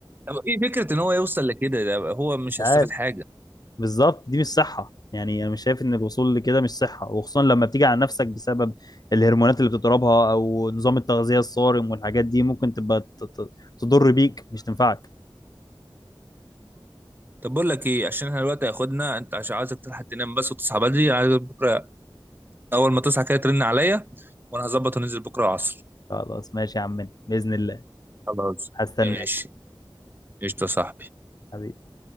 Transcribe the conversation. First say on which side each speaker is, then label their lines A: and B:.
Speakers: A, on the right; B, on the left.
A: هو ايه فكره ان هو يوصل لكده ده هو مش
B: مش عارف
A: هيستفاد حاجه
B: بالظبط دي مش صحه يعني انا مش شايف ان الوصول لكده مش صحه وخصوصا لما بتيجي على نفسك بسبب الهرمونات اللي بتضربها او نظام التغذيه الصارم والحاجات دي ممكن تبقى ت- ت- تضر بيك مش تنفعك
A: طب بقول لك ايه عشان احنا دلوقتي هياخدنا انت عشان عايزك تلحق تنام بس وتصحى بدري انا عايز بكره اول ما تصحى كده ترن عليا وانا هظبط وننزل بكره العصر
B: خلاص ماشي يا عمنا باذن الله
A: خلاص
B: هستناك
A: ماشي قشطه يا صاحبي
B: حبيبي